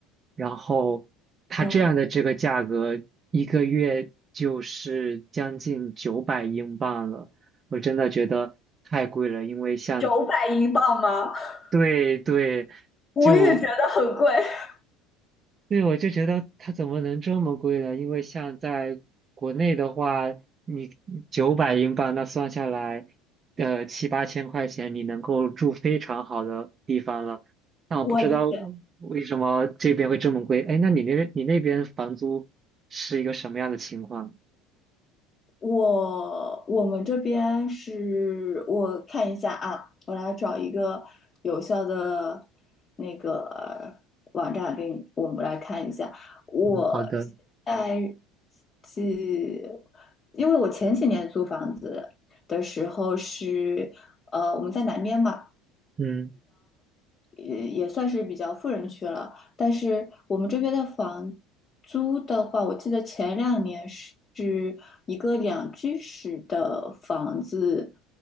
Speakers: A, on the right (about 35°); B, on the left (about 35°).
A: 然后它这样的这个价格，
B: 嗯，
A: 一个月就是将近九百英镑了，我真的觉得太贵了，因为像
B: 九百英镑吗？<laughs>
A: 对对，
B: 我也觉得很贵。
A: 就
B: <laughs>
A: 对，我就觉得它怎么能这么贵呢？因为像在国内的话，你九百英镑那算下来，呃，七八千块钱你能够住非常好的地方了。那我不知道
B: 我理解，
A: 为什么这边会这么贵。哎，那你那边你那边房租是一个什么样的情况？
B: 我我们这边是我看一下啊，我来找一个有效的那个网站给你，我们来看一下。我
A: 嗯，好的，
B: 在是，因为我前几年租房子的时候是，呃，我们在南边嘛，
A: 嗯
B: 也也算是比较富人区了。但是我们这边的房租的话，我记得前两年是是一个两居室的房子，